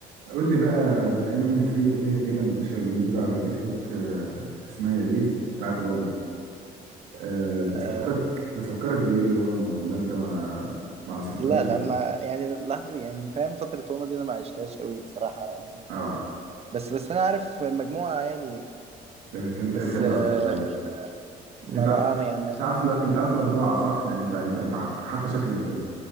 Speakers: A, on the right; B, on the right.
A: قول لي بقى بما ان في اغنيه كده منتشره اليومين دول على تيك توك آه، اسمها يا ليل بتاعت واما آه، بتفكرك
B: آه،
A: بتفكرك بايه واما ولا انت ما ما عصرتهاش
B: لا لا
A: قوي
B: انا ما يعني لحظه يعني فاهم فتره روما دي انا ما عشتهاش قوي بصراحه يعني
A: اه
B: بس بس انا عارف المجموعه يعني
A: كانت كانت
B: بس
A: ايام حلوه
B: آه،
A: على فكره قوي
B: ما
A: انت
B: بقى
A: ع-
B: ما يعني ما
A: انت عارف ال- انت عارف الاربعه صح يعني انت انت انت ح- حتى شكلا كده